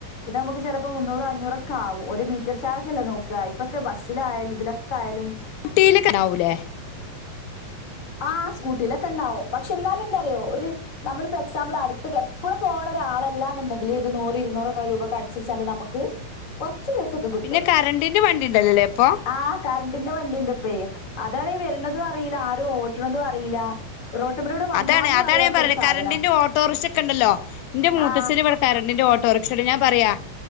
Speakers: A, on the left (about 30°); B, on the left (about 90°).
A: ഇത് നമുക്ക് ചിലപ്പോ മുന്നൂറ് അഞ്ഞൂറൊക്കെ ആവും ഒരു മീറ്റർ ചാർജല്ല നോക്കുക ഇപ്പൊക്കെ ബസ്സിലായാലും ഇതിലൊക്കെ ആയാലും
B: സ്കൂട്ടിയിലൊക്കെ ഉണ്ടാവൂലേ
A: ആഹ് സ്കൂട്ടിയിലൊക്കെ ഉണ്ടാവും പക്ഷെ എന്നാലും എന്താറിയുമോ ഒരു നമ്മളിപ്പോൊ എക്സാമ്പിൾ അടുത്തൊ എപ്പോഴും പോണ- ഒരാളല്ലാന്നുണ്ടെങ്കിൽ ഒരു നൂറ് ഇരുന്നൂറൊക്കെ രൂപ അടിച്ചച്ചാല് നമുക്ക്- കുറച്ചു ദിവസൊക്കെ കിട്ടും
B: പിന്നെ കറണ്ടിന്റെ വണ്ടി ഉണ്ടല്ലോല്ലേ ഇപ്പൊ
A: ആ കറണ്ടിന്റെ വണ്ടിണ്ട് ഇപ്പഴ് അതാണ വരുന്നതും അറിയില്ല ആരും ഓട്ടണതും അറിയില്ല റോട്ടുമ്മലൂടെ വന്നാലും
B: അതാണ് അതാണ്
A: അറിയാത്തൊരു
B: ഞാൻ പറത്
A: സാധന
B: കരണ്ടിന്റെ ഓട്ടോറിച്ച് ഒക്ക ഉണ്ടല്ലോന്റെ മൂത്തശരി
A: ആ
B: ഇടെ കരണ്ടിന്റെ ഓട്ടോറി ഞാൻ പറയാ